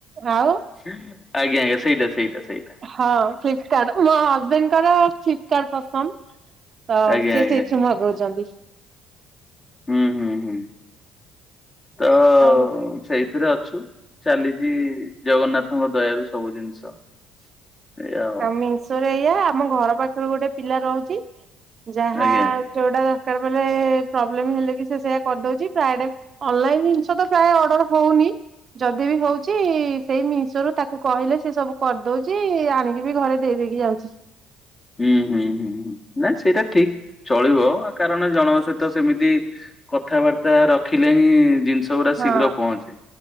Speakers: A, on the right; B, on the left.
A: ହାଉ
B: ଆଜ୍ଞା ଆଜ୍ଞା ସେଇଟା ସେଇଟା ସେଇ
A: ହଁ ଫ୍ଲିପକାର୍ଡ଼ ମୋ ହଜ୍ବେଣ୍ଡ ଙ୍କର ଫ୍ଲିପକାର୍ଡ଼ ପସନ୍ଦ। ତ
B: ଆଜ୍ଞା
A: ସେ
B: ଆଜ୍ଞା
A: ସେଇଠୁ ମଗଉଚନ୍ତି।
B: ହୁଁ ହୁଁ ହୁଁ ତ
A: ଆଉ
B: ସେଇଥିରେ ଅଛୁ। ଚାଲିଚି ଜଗନ୍ନାଥଙ୍କ ଦୟାରୁ ସବୁ ଜିନିଷ। ଏଇଆ ଆଉ।
A: ଆମେ ଈଶରେ ଏଇଆ ଆମ ଘର ପାଖରୁ ଗୋଟେ ପିଲା ରହୁଛି ଯାହା
B: ଆଜ୍ଞା।
A: ଯୋଉଟା ଦରକାର ପ୍ରୋବ୍ଲେ ହେଲେ କି ସେ ସେଇୟା କରିଦଉଛି ପ୍ରାୟ ଅନଲ ଜି ତ ପ୍ରାୟ ଅର୍ଡର ହଉନି। ଯଦି ବି ହଉଚି ସେଇ ମିଷରୁ ତାକୁ କହିଲେ ସେ ସବୁ କରିଦଉଚି ଆଣିକି ବି ଘରେ ଦେଇଦେଇକି ଯାଉଛି।
B: ହୁଁ ହୁଁ ହୁଁ ହୁଁ ନାଇଁ ସେଇଟା ଠିକ୍ ଚଳିବ କାରଣ ଜଣଙ୍କ ସହିତ ସେମିତି କଥାବାର୍ତ୍ତା ରଖିଲେ ହିଁ ଜିନିଷ ଗୁଡା
A: ହଁ।
B: ଶୀଘ୍ର ପହଞ୍ଚେ।